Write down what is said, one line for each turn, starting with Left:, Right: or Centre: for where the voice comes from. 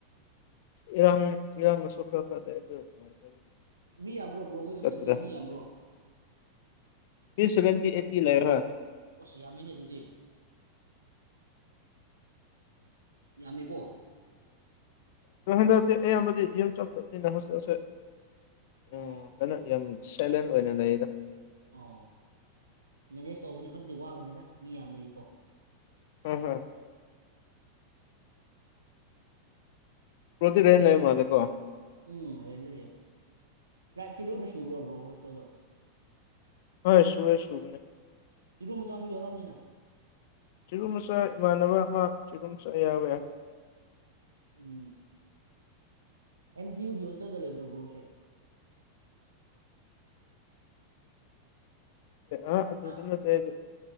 Left: ꯏꯌꯥꯡ ꯏꯌꯥꯝꯕꯁꯨ ꯈꯔ ꯈꯔ ꯂꯩ ꯑꯗꯨ ꯅꯨꯡꯉꯥꯏꯇꯕꯒꯤ
Right: ꯃꯤ ꯌꯥꯝꯕ꯭ꯔꯣ ꯕ꯭ꯔꯣꯈꯣꯏ ꯍꯣꯁꯇꯦꯜꯗꯤ
Left: ꯆꯠꯇ꯭ꯔꯦ
Right: ꯃꯤ ꯌꯥꯝꯕ꯭ꯔꯣ
Left: ꯃꯤ ꯁꯦꯚꯦꯟꯇꯤ ꯑꯩꯠꯇꯤ ꯂꯩꯔꯥ
Right: ꯑꯣꯁ ꯌꯥꯝꯃꯤꯅꯦ ꯑꯗꯨꯗꯤ ꯌꯥꯝꯃꯤꯀꯣ
Left: ꯕ꯭ꯔꯣ ꯍꯟꯗꯛꯇꯤ ꯑꯌꯥꯝꯕꯗꯤ ꯌꯨꯝ ꯆꯠꯄꯅꯤꯅ ꯍꯣꯁꯇꯦꯜꯁꯦ
Right: ꯑꯣ
Left: ꯎꯝ ꯀꯩꯅꯣ ꯌꯥꯝ ꯁꯥꯏꯂꯦꯟ ꯑꯣꯏꯅ ꯂꯩꯗ
Right: ꯑꯣ ꯃꯦꯅꯦꯖ ꯇꯧꯕꯗꯤ ꯈꯔꯗꯤ ꯋꯥꯒꯅꯤꯗ ꯃꯤ ꯌꯥꯝꯕꯒꯤꯀꯣ
Left: ꯍꯣꯏ ꯍꯣꯏ ꯕ꯭ꯔꯣꯗꯤ ꯔꯦꯟ ꯂꯩꯕ ꯃꯥꯜꯂꯤꯀꫭ
Right: ꯎꯝ ꯔꯦꯟꯗ ꯂꯩꯌꯦ ꯇ꯭ꯔꯥꯏꯞꯇꯤ ꯂꯣꯏꯅ ꯁꯨꯕ꯭ꯔꯣ ꯕ꯭ꯔꯣ ꯍꯣꯏ ꯍꯣꯁꯇꯦꯜꯗꯣ
Left: ꯍꯣꯏ ꯁꯨꯌꯦ ꯁꯨꯕꯅꯦ
Right: ꯆꯤꯔꯨ ꯃꯆꯥꯁꯨ ꯌꯥꯎꯔꯝꯅꯤꯅ
Left: ꯆꯤꯔꯨ ꯃꯆꯥ ꯏꯃꯥꯟꯅꯕ ꯑꯃ ꯆꯤꯔꯨ ꯃꯆꯥ ꯌꯥꯎꯋꯦ
Right: ꯎꯝ ꯑꯦꯝ ꯗꯤ ꯌꯨꯒꯤ ꯍꯣꯁꯇꯦꯜꯗ ꯂꯩꯕ꯭ꯔꯣ ꯕ꯭ꯔꯣꯁꯦ
Left: ꯑꯥ ꯑꯗꯨꯗ
Right: ꯍꯥ
Left: ꯅꯠꯇꯦ ꯑꯩꯗꯤ